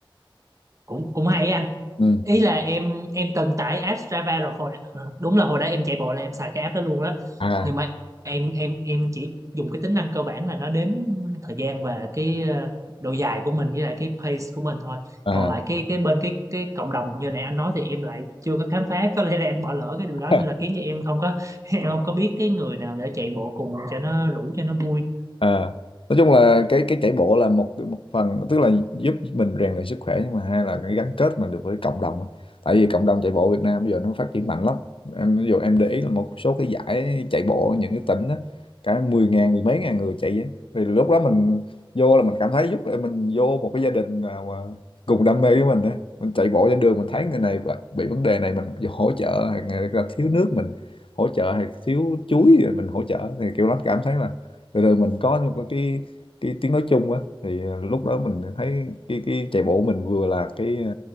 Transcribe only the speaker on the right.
cũng cũng hay ấy anh
ý là em em cần tải app Strava rồi hồi ờ, đúng là hồi đó em chạy bộ là em xài cái app đó luôn á
nhưng mà em em em chỉ dùng cái tính năng cơ bản là nó đếm thời gian và cái ờ, độ dài của mình với lại cái pace của mình thôi
còn lại cái cái bên cái cái cộng đồng như nãy anh nói thì em lại chưa có khám phá có lẽ là em bỏ lỡ cái điều
đó nên là khiến cho em không có <laughs> em không có biết cái người nào để chạy bộ cùng cho nó rủ cho nó vui